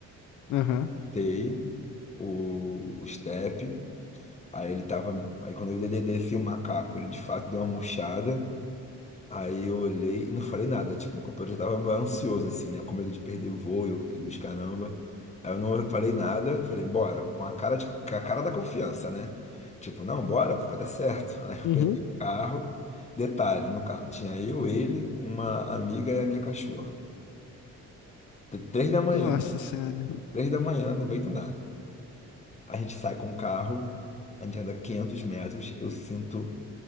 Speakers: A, on the left; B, on the left.
A: Aham.
B: Tei, o, o Step. Aí ele tava. Aí quando eu desci o macaco, ele de fato deu uma murchada. Aí eu olhei e não falei nada. Tipo, meu companheiro já tava ansioso, assim, né? Com medo de perder voo e o- e os caramba. Aí eu não falei nada, falei, bora, com a cara de, com a cara da confiança, né? Tipo, não, bora, pô, vai dar certo. <laughs> Aí eu
A: Uhum.
B: peguei o carro. Detalhe, no carro tinha eu, ele, uma amiga e a minha cachorra. Tr- Três da manhã,
A: Nossa Senhora.
B: três da manhã, no meio do nada. A gente sai com o carro, a gente anda 500 metros, eu sinto